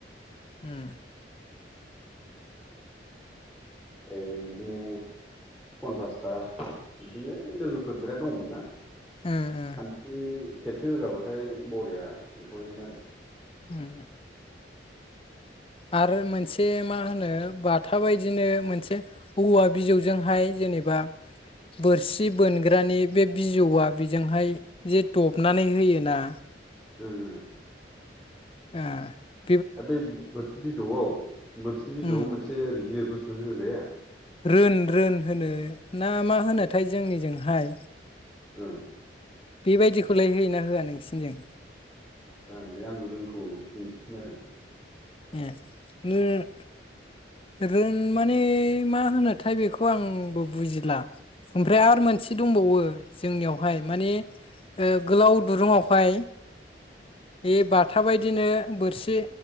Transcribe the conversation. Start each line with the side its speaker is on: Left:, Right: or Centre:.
Left: उम।
Centre: ओ बिदिनो पन्सासथा बिदिनो ओ लोगोफोर बिराद दङ'मोन ना।
Left: ओ ओ
Centre: खानसि खेबसे होगाबाथाय बरिया मोनखाबायमोन आरो।
Left: उम। आरो मोनसे मा होनो बाथा बायदिनो मोनसे औवा बिजौजोंहाय ज जेनेबा बोरसि बोनग्रानि बे बिजौआ बिजोंहाय जे दबनानै होयोना।
Centre: उम उम।
Left: ए।
Centre: दा बै बोरसि बिजौआव बोरसि बिजौआव
Left: उम
Centre: मोनसे ओरै गिलिर बुस्थु होगाया।
Left: रोन रोन होनो ना मा होनोथाय जोंनिजोंहाय।
Centre: ओ।
Left: बेबायदिखौलाय होयोना होआ नोंसिनि जों।
Centre: जानोलै आं रोंखौ दिनैसो खोनादों।
Left: ए उम। रोन माने मा होनोथाय बेखौ आंबो बुजिदला। ओमफ्राय आरो मोनसे दंबावो जोंनियावहाय माने ओ गोलाव दुरुङावहाय बे बाथा बायदिनो बोरसि